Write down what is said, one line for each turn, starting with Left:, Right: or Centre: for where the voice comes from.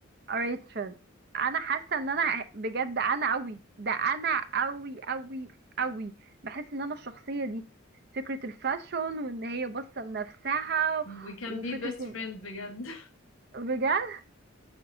Right: قريت شن انا حاسه ان انا بجد انا قوي ده انا قوي قوي قوي بحس ان انا الشخصيه دي فكره الفاشون وان هي باصه لنفسها
Left: we can
Right: وفكره
Left: be best
Right: إن-
Left: friend بجد <laughs>
Right: بجد